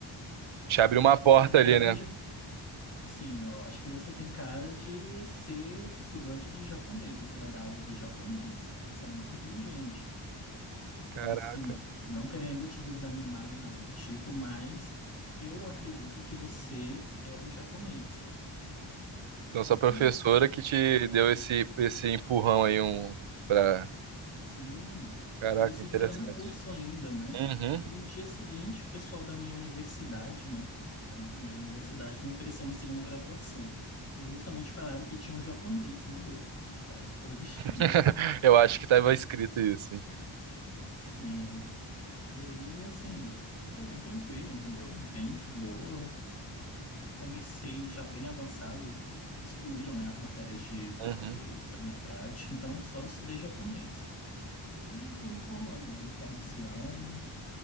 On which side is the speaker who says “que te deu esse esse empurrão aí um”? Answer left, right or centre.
Right